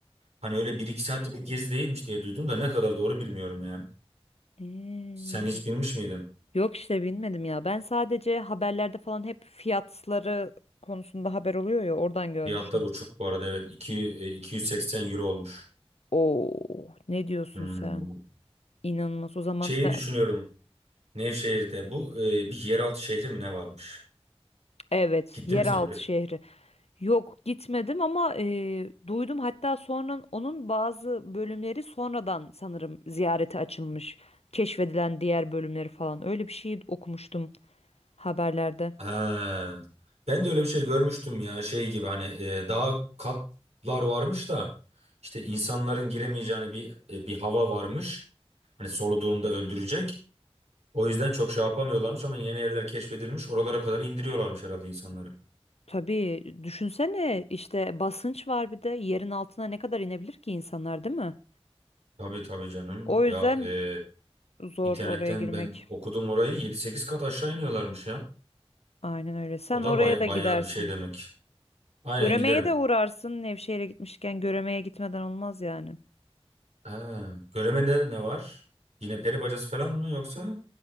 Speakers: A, on the right; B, on the left.
A: Hani öyle bir iki saatlik bir gezi değilmiş diye duydum da ne kadar doğru bilmiyorum yani.
B: Eee,
A: Sen hiç binmiş miydin?
B: Yok işte binmedim ya. Ben sadece haberlerde falan hep fiyatları konusunda haber oluyor ya oradan görmüştüm.
A: Fiyatlar uçuk bu arada evet. 2, e, 280 euro olmuş.
B: Oo ne diyorsun
A: Hmm.
B: sen? İnanılmaz o zaman.
A: Şeyi
B: e,
A: düşünüyorum. Nevşehir'de bu e, bir yeraltı şehri mi ne varmış?
B: Evet
A: Gittin
B: yeraltı
A: mi sen oraya?
B: şehri. Yok gitmedim ama e, duydum hatta sonra onun bazı bölümleri sonradan sanırım ziyarete açılmış. Keşfedilen diğer bölümleri falan öyle bir şey okumuştum haberlerde.
A: Ha. Ben de öyle bir şey görmüştüm ya şey gibi hani e, daha katlar varmış da işte insanların giremeyeceğini bir e, bir hava varmış. Hani soluduğunda öldürecek. O yüzden çok şey yapamıyorlarmış ama yeni yerler keşfedilmiş. Oralara kadar indiriyorlarmış herhalde insanları.
B: Tabii düşünsene işte basınç var bir de yerin altına ne kadar inebilir ki insanlar değil mi?
A: Tabii tabii canım.
B: O yüzden
A: Ya e,
B: zor
A: internetten
B: oraya girmek.
A: ben okudum orayı 7-8 kat aşağı iniyorlarmış ya.
B: Aynen öyle. Sen
A: O da
B: oraya
A: bay-
B: da
A: bayağı
B: gidersin.
A: bir şey demek. Aynen
B: Göreme'ye
A: giderim.
B: de uğrarsın. Nevşehir'e gitmişken Göreme'ye gitmeden olmaz yani.
A: Ha, Göreme'de ne var? Yine peri bacası falan mı yoksa?